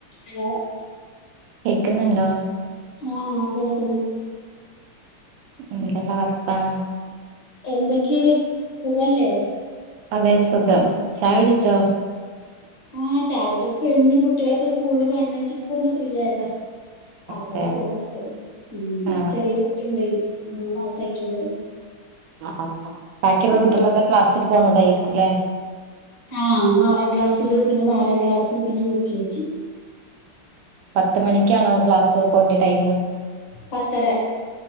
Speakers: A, on the left; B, on the right.
A: ഹലോ
B: കേക്കുന്നൊണ്ടോ.
A: ആ കേൾക്കുന്നൊണ്ട്.
B: എന്തെല്ലാ വർത്താനം.
A: എന്തൊക്കെയായി സുഖല്ലേ
B: അതെ സുഖം ചായുടിച്ചോ
A: ആ ചായുടിയൊക്കെ കഴിഞ്ഞ് കുട്ടികളൊക്കെ സ്കൂളി പറഞ്ഞയച്ച് ഇപ്പൊന്ന് ഫ്രീ ആയതാ.
B: അതെ
A: അപ്പളാ ഫോണെടുത്തെ ഉം
B: ആ
A: ചെറിയ കുട്ടിയുണ്ടെ മൂന്ന് മാസായിട്ടൊള്ളൂ.
B: ആ ബാക്കിയുള്ള
A: ഉം
B: കുട്ടികളൊക്കെ ക്ലാസ്സിൽ പോന്നതായിരിക്കുംല്ലേ
A: ആഹ് ആറാം ക്ലാസ്സില് പിന്നെ നാലാം ക്ലാസ് പിന്നെ യു കെ ജി
B: പത്ത് മണിക്കാണോ ക്ലാസ് പോണ്ട ടൈംമ്
A: പത്തര